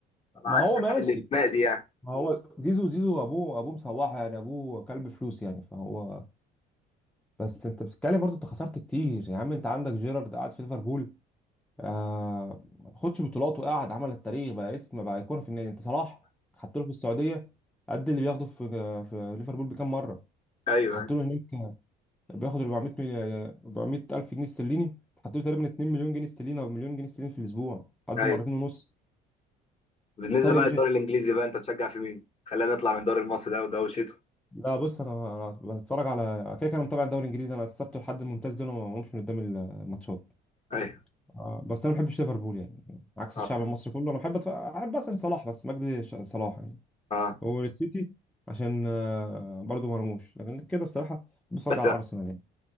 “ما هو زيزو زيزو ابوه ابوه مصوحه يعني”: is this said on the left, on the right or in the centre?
Centre